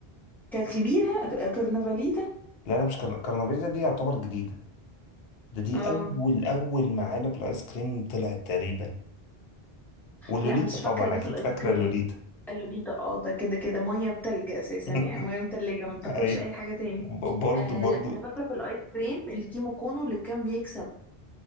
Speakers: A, in the centre; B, on the left (about 70°).
A: كانت كبيرة ك- كرنفاليتا
B: لا انا مش كرن- كرنفيلا دي يعتبر جديدة ده دي
A: اه
B: اول اول ما علب الايس كريم طلعت تقريبا واللوليتا
A: لا مش
B: طبعا
A: فاكرة ده
B: اكيد
A: في الايس
B: فاكرة
A: كريم
B: اللوليتا
A: اللوليتا اه ده كده كده مية بتلج اساسا
B: <laughs>
A: يعني مية متلجة ما بتاكلش
B: ايوه
A: اي حاجة تاني
B: برضو
A: آه
B: برضو
A: لا انا فاكرة في الايس كريم الكيمو كونو اللي كان بيكسب